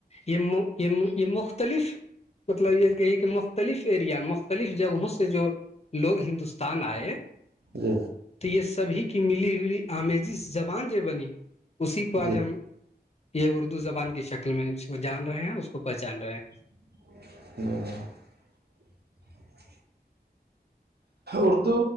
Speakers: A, on the left; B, on the right.
A: یہ یہ یہ مختلف مطلب یہ کہی کہ مختلف یا مختلف جگہوں سے جو لوگ ہندوستان آئے
B: جی
A: تو یہ سبھی کی ملی جلی آمیزی زبان جو بنی اسی کو
B: جی
A: آج ہم یہ اردو زبان کی شکل میں کو جان رہے ہیں اس کو پہچان رہے ہیں
B: <inaudible> اردو